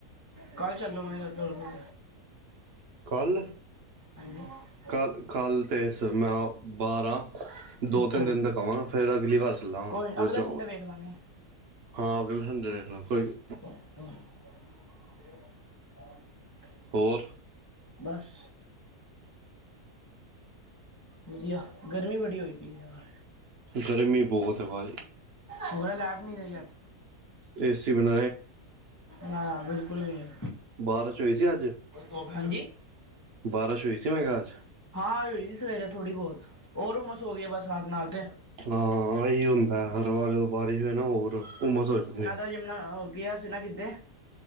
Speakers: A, on the left; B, on the right.
A: ਕੱਲ ਚੱਲੋ ਮੇਰੇ ਤੇਰਪੋ।
B: ਕੱਲ੍ਹ?
A: ਹਾਂਜੀ <inaudible>
B: ਕੱਲ੍ਹ ਕੱਲ੍ਹ ਤੇ ਸਰ ਮੈਂ ਬਾਰਾਂ ਹਾਂ। ਦੋ
A: ਅੱਛਾ
B: ਤਿੰਨ ਦਿਨ
A: ਜੀ
B: ਤਕ ਕਵਾਂਗਾ। ਫਿਰ ਅਗਲੀ ਵਾਰ ਚੱਲਾਂ
A: ਕੋਈ
B: ਜੋ
A: ਅਗਲੇ
B: ਜੋ,
A: ਸੰਡੇ ਵੇਖ ਲਾਂਗੇ
B: ਹਾਂ ਅਗਲੇ ਸੰਡੇ ਕੋਈ
A: ਅੱਛ <inaudible>
B: ਹੋਰ?
A: ਬਸ। ਵਧੀਆ, ਗਰਮੀ ਬੜੀ ਹੋਈ ਪਈ ਬਾਹਰ।
B: ਗਰਮੀ ਬਹੁਤ ਹੈ ਭਾਈ।
A: ਭੂਆ ਲਾਈਟ ਨੀ ਗਈ ਅੱਜ।
B: ਏ ਸੀ ਬਿਣਾਂ?
A: ਨਾ ਬਿਲਕੁਲ।
B: ਬਾਰਿਸ਼ ਹੋਈ ਸੀ ਅੱਜ
A: ਹਾਂਜੀ।
B: ਬਾਰਿਸ਼ ਹੋਈ ਸੀ ਮੈਂ ਕਿਹਾ ਅੱਜ
A: <inaudible> ਹਾਂ, ਅਜ ਹੋਈ ਸੀ ਸਵੇਰੇ ਥੋੜ੍ਹੀ ਬਹੁਤ। ਹੋਰ ਉਮਸ ਹੋ ਗਈ ਏ ਬਰਸਾਤ ਨਾਲ ਤੇ।
B: ਹਾਂਅ, ਇਹੀ ਹੁੰਦਾ ਹਰ ਵਾਰ ਬਾਰਿਸ਼ ਹੋਏ ਨਾ ਹੋਰ ਉਮਸ ਹੋ ਜਾਂਦੀ ਹੈ।
A: ਜਾ ਨਹਾਓ। ਗਿਆ ਸੀ ਨਾ ਕਿਧੇ?